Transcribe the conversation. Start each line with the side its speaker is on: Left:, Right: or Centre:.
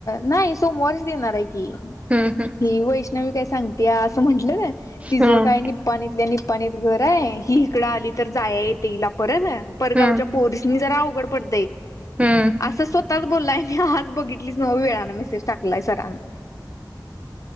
Left: नाही सोमवारच देणार आहे की
Right: हं, हं.
Left: ही वैष्णवी काय सांगते या असं म्हंटलं ना- तिझं
Right: हां,
Left: काय निपपाणीतल्या निपपाणीत घर आहे ही इकडं आली. तर जाया येते हिला परत परगावच्या
Right: हं,
Left: पोरसनी जरा अवघड पडतंय.
Right: हं.
Left: असं स्वतःच बोललाय मी आज बघितलीच नवं वेळाने मेसेज टाकलाय सरानं-